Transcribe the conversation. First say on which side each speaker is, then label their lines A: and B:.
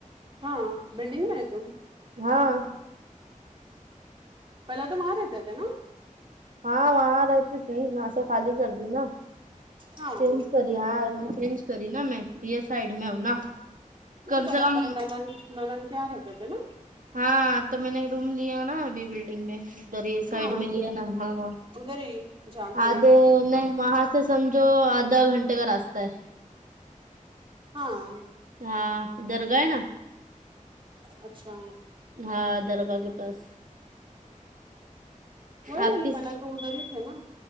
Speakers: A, on the right; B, on the right.
A: ہاں بلڈگ میں ہے تو
B: ہاں
A: پہلا تو وہاں تے تھے نا
B: ہاں وہاں رہتی تھی وہاں سے خالی کر دی نا
A: ہاں
B: <unintelligible> ہاں روم چینج کری نا میں یہ سائڈ میں ہوں نا
A: نہی
B: کم
A: پہلاے
B: سے کم
A: تماری ناند ناند کار ہے تے تھے نا
B: ہاں تو میں نے روم لیا نا ابھی بلڈنگ میں ادھر سائڈ
A: ہاں
B: م لیا نا ہاں
A: ادھر ہی جہاں تھے
B: آد میں وہاں سے سمجھو آدھا گھنٹے کا راستہ ہے
A: ہاں
B: ہاں درگاہ ہے نا
A: اچھا
B: ہاں درگاہ کے پاس
A: وہ
B: آپ
A: ملی
B: کس
A: پہلا تو ادھر ہی تھے نا